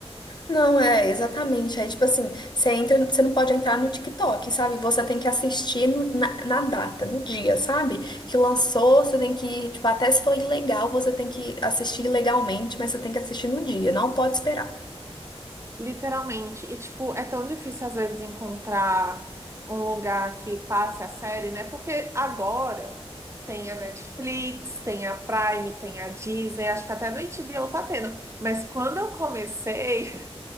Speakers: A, on the left; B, on the right.
A: Não, é, exatamente. Aí, tipo assim, você entra, você não pode entrar no TikTok, sabe? Você tem que assistir no- na, na data, no dia, sabe? Que lançou, você tem que, tipo, até se for ilegal, você tem que assistir ilegalmente, mas você tem que assistir no dia, não pode esperar.
B: Literalmente. E, tipo, é tão difícil às vezes encontrar um lugar que passe a série, né? Porque agora tem a Netflix, tem a Prime, tem a Disney, acho que até no HBO tá tendo. Mas quando eu comecei,